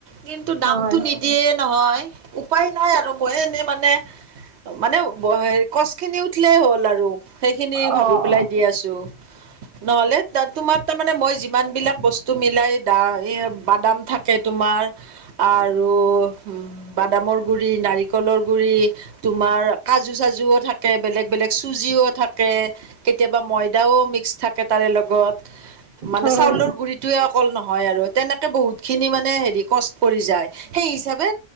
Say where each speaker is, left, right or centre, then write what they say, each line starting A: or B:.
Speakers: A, on the right; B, on the right.
A: কিন্তু দামতটো
B: হয়,
A: নিদিয়ে নহয় উপায় নাই আৰু। মই এনে মানে মানে হে কছখিনি উঠিলেই হ'ল আৰু। সেইখিনি
B: অ',
A: ভাবি
B: অ'।
A: পেলাই দি আছো। নহ'লে ত তোমাৰ তাৰ মানে মই যিমানবিলাক বস্তু টো মিলাই দা বাদাম থাকে তোমাৰ আৰু বাদাম গুৰি নাৰিকলৰ গুৰি তোমাৰ কাজু চাজুও থাকে বেলেগ চুজিও থাকে কেতিয়াবা ময়দাও মিক্স থাকে তাৰে লগত। মানে
B: হয়,
A: চাউলৰ গুৰি অকল নহয় আৰু তেনেকে বহুতখিনি মানে কচ পৰি যায়। সেই হিচাপে